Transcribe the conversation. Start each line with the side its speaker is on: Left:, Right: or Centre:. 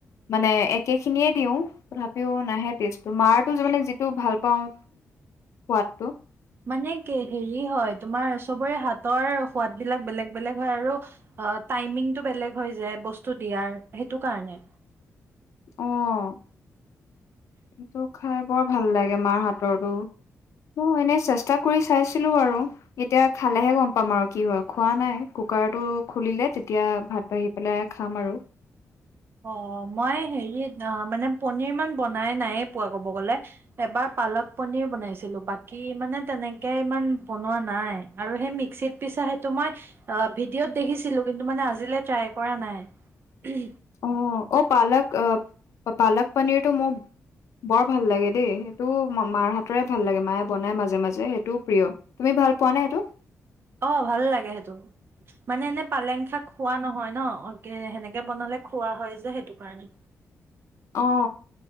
Left: মানে একেখিনিয়ে দিওঁ তথাপিও নাহে টে মাৰটো যি ভাল পাওঁ। সোৱাদটো।
Right: মানে কি সেৰি হয়, তোমাৰ চবৰে হাতৰ সোঁৱাদ বিলাক বেলেগ বেলেগ হয় আৰু, অ টাইমমিং টো বেলেগ বেলেগ হয় যে বস্তু দিয়াৰ। সেইটো কাৰণে।
Left: অহ। ত খাই। বৰ ভাল লাগে মাৰ হাতৰতো। ম এনেই চেষ্টা কৰি চাইছিলোঁ আৰু এতিয়া খালেহে গম পাম আৰু কি হয়। খোৱা নাই কুকাৰটো খুলিলে তেতিয়া ভাত বাহি পেলাই খাম আৰু।
Right: অ মই হেৰিত মানে পনিৰ ইমান বনাই নাইে পোৱা ক'ব গ'লে এবাৰ পালক পনিৰ বনাইছিলো বাকী মানে তেনেকে ইমান বনোৱা নাই আৰু সেই মিক্সিত পিছা সেইটো মই ভিডিঅ'ত দেখিছিলো কিন্তু মানে আজিলৈ ট্ৰাই কৰা নাই
Left: অ অ পালক আহ পালক পনীৰটো মোৰ বৰ ভাল লাগে দেই সেইটো মাৰ হাতৰে ভাল লাগে মায়ে বনাই মাজে মাজে সেইটোও প্ৰিয় তুমি ভাল পোৱা নে এইেইটো
Right: অ ভাল লাগে সেইটো মানে এনে পালেং শাক খোৱা নহয় ন অ সেনেকে বনালে খোৱা হয় যে সেইটো কাৰণে
Left: অ